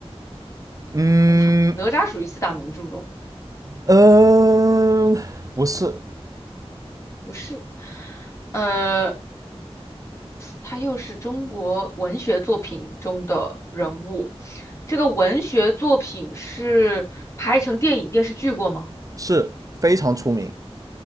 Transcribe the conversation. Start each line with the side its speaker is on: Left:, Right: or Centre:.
Right: 嗯
Left: 哦，他哪吒属于四大名著中，
Right: 嗯、呃不是。
Left: 不是。呃，他又是中国文学作品中的人物。这个文学作品是拍成电影电视剧过吗？
Right: 是非常出名，